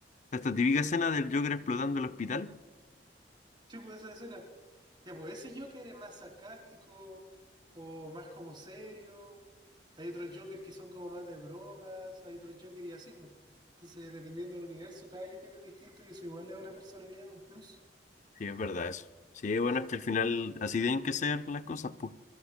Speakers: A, on the left (about 45°); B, on the right (about 25°).
A: esta típica escena del Joker explotando el hospital.
B: Sí, pues esa escena. Ya, pues ese Joker es más sarcástico o más como serio. Hay otros Joker que son como más de bromas, hay otros Joker y así, pues. Entonces, dependiendo del universo, cada Joker es distinto y eso igual le da una personalidad, un plus.
A: Sí, es verdad eso. Sí, bueno, es que al final así tienen que ser las cosas, pues.